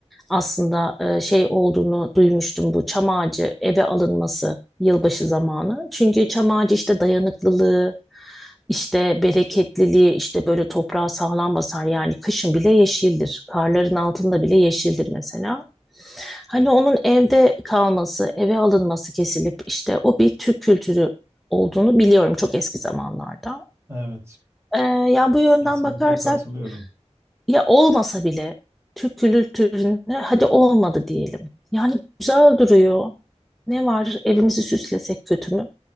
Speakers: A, in the centre; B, on the right.
A: aslında e, şey olduğunu duymuştum bu çam ağacı eve alınması yılbaşı zamanı. Çünkü çam ağacı işte dayanıklılığı, işte bereketliliği işte böyle toprağa sağlam basar yani kışın bile yeşildir. Karların altında bile yeşildir mesela. Hani onun evde kalması, eve alınması kesilip işte o bir Türk kültürü olduğunu biliyorum çok eski zamanlarda.
B: Evet,
A: Ee, ya bu yönden
B: kesinlikle
A: bakarsak
B: katılıyorum.
A: ya olmasa bile Türk kültüründe hadi olmadı diyelim. Yani güzel duruyor. Ne var evimizi süslesek kötü mü?